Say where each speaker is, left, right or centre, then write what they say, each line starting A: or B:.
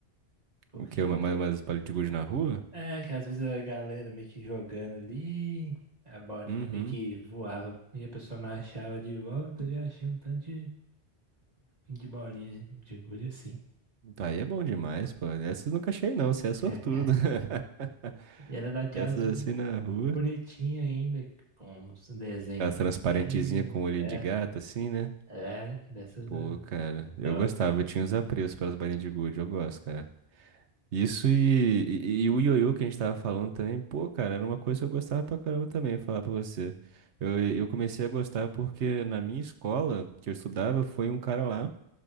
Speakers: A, on the right; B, on the right.
A: porque
B: O quê? Ma- ma- Mais palito de gude na rua?
A: é que às vezes a galera meio que jogando ali, a bolinha
B: Uhum.
A: meio que voava e a pessoa não achava de volta, eu já achei um tanto de, de bolinha de gude assim.
B: Aí é bom demais, pô. Essas eu nunca achei, não. Você é sortudo.
A: <laughs>
B: <laughs>
A: E era daquelas
B: Essas assim na rua.
A: bonitinha ainda, com os desenhos
B: Aquelas transparentezinhas
A: de tênis,
B: com olhinho
A: é,
B: de gato, assim, né?
A: é, dessas
B: Pô,
A: é,
B: cara, eu
A: top,
B: gostava, eu tinha os apreços pelas bainhas de gude, eu gosto, cara. Isso e, e, e o ioiô que a gente tava falando também, pô, cara, era uma coisa que eu gostava pra caramba também, falar pra você. Eu, eu comecei a gostar porque na minha escola, que eu estudava, foi um cara lá